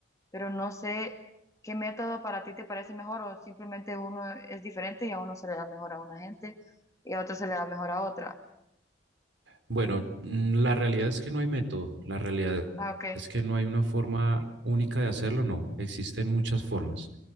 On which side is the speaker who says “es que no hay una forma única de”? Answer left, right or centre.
Right